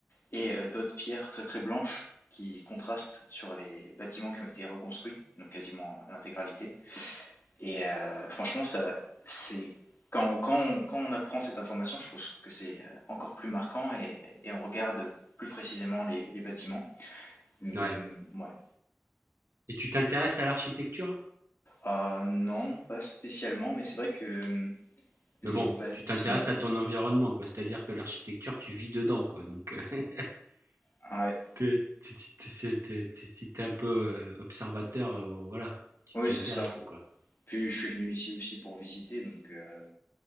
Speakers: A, on the left; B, on the right.
A: et euh, d'autres pierres très très blanches qui contrastent sur les bâtiments qui ont été reconstruits, donc quasiment l'intégralité. Et euh, franchement, ça, c'est quand, quand, on, quand, on, apprend cette information, je trouve que c'est euh, encore plus marquant et, et on regarde plus précisément les, les bâtiments. Hum,
B: Ouais.
A: ouais.
B: Et tu t'intéresses à l'architecture?
A: euh, non, pas spécialement, mais c'est vrai que hum, les
B: Mais bon,
A: bâtiments.
B: tu t'intéresses à ton environnement, quoi. C'est-à-dire que l'architecture, tu vis dedans, quoi. Donc, euh, <laughs>
A: Ah ouais.
B: T'es t'es- t'es- t'es- si t'es un peu euh, observateur, euh, voilà, tu
A: Oui,
B: t'y
A: c'est
B: intéresses,
A: ça.
B: quoi.
A: Puis je suis venu ici aussi pour visiter, donc euh,